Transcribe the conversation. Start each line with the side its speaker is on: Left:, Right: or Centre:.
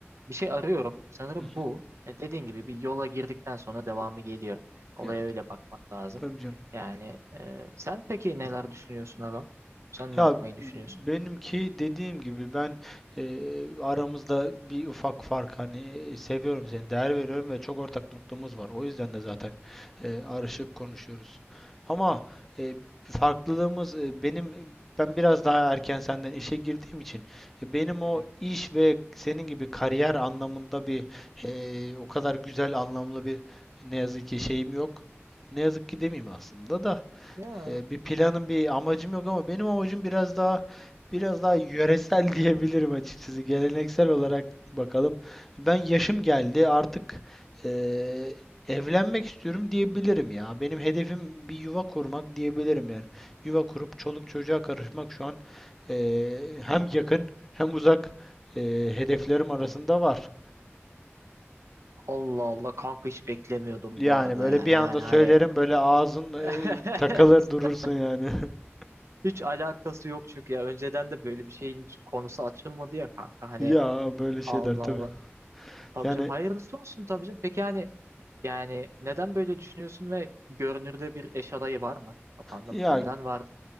Right: bir şey arıyorum. Sanırım
Centre: Hı hı.
Right: bu. E, dediğin gibi bir yola girdikten sonra devamı geliyor. Olaya
Centre: Ya t-
Right: öyle bakmak lazım.
Centre: tabii canım.
Right: Yani e, sen peki neler düşünüyorsun Agam? Sen
Centre: Ya
Right: ne yapmayı düşünüyorsun?
Centre: benimki dediğim gibi ben e, aramızda bir ufak fark hani seviyorum seni, değer veriyorum ve çok ortak noktamız var. O yüzden de zaten e, arışıp konuşuyoruz. Ama e, farklılığımız e, benim ben biraz daha erken senden işe girdiğim için e, benim o
Right: Hı hı.
Centre: iş ve senin gibi kariyer anlamında bir e, o kadar güzel anlamlı bir ne yazık ki şeyim yok. Ne yazık ki demeyeyim aslında da.
Right: Ya
Centre: E, bir planım, bir amacım yok ama benim amacım biraz daha biraz daha yöresel <laughs> diyebilirim açıkçası. Geleneksel olarak bakalım. Ben yaşım geldi artık e, evlenmek istiyorum diyebilirim ya. Benim hedefim bir yuva kurmak diyebilirim yani. Yuva kurup çoluk çocuğa karışmak şu an e, hem yakın hem uzak e, hedeflerim arasında var.
Right: Allah Allah kanka hiç beklemiyordum
Centre: Yani
Right: bu arada
Centre: böyle
Right: ya.
Centre: bir
Right: Yani
Centre: anda söylerim
Right: hani
Centre: böyle ağzın
Right: <laughs>
Centre: e, takılır durursun yani. <laughs>
Right: Hiç alakası yok çünkü ya önceden de böyle bir şeyin hiç konusu açılmadı ya kanka hani
Centre: Ya böyle şeyler
Right: Allah
Centre: tabii.
Right: Allah. Tabii
Centre: Yani
Right: canım hayırlısı olsun tabii canım. Peki yani yani neden böyle düşünüyorsun ve görünürde bir eş adayı var mı? Kafanda
Centre: Ya
Right: muhtemelen vardı.